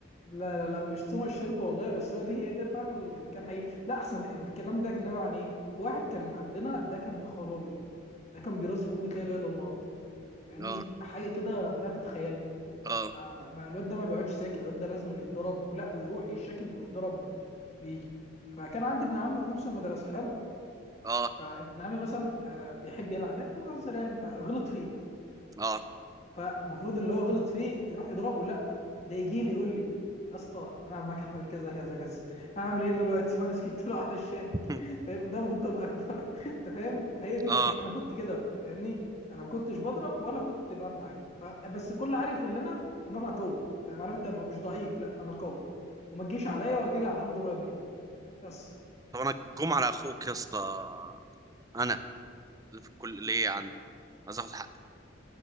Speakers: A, on the left; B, on the right.
A: لا لا لا مش توماس شيلبي والله بس هو دي هي ده فعلا اللي كان حقيقي لا احسن الكلام ده كان نابع عن ايه؟ واحد كان عندنا ده كان يا خرابي ده كان بيرز في امة لا اله الا الله فاهمني
B: اه
A: حاجه كده لا تتخيلها
B: اه
A: ما, ما ما- الواد ده ما بيقعدش ساكت الواد ده لازم يتضرب ولا ويروح يشكل ويتضرب وبتاع ويجي فكان عندي ابن عم في نفس المدرسه حلو
B: اه
A: فابن عمي مثلا آه، بيحب يلعب يعني بيهزر يعني فغلط فيه
B: اه
A: فالمفروض اللي هو غلط فيه يروح يضربه لا ده يجي لي يقول لي يا اسطى انا عمك عمل كذا كذا كذا هعمل ايه دلوقتي <laughs> وانا سكت له علشانك
B: <laughs>
A: فاهم ده ممكن اكبر <laughs> انت فاهم هي دي
B: اه
A: ك- هي- انا كنت كده بقى فاهمني انا ما كنتش بضرب ولا كنت بعمل حاجه ف- بس الكل عارف ان انا ان انا قوي فاهم عارف انت مش ضعيف لا انا قوي وما تجيش عليا ولا تيجي على حد قريب مني بس
B: طب انا الجمعه على اخوك يا اسطى انا في الكليه عندي عايز اخد حقي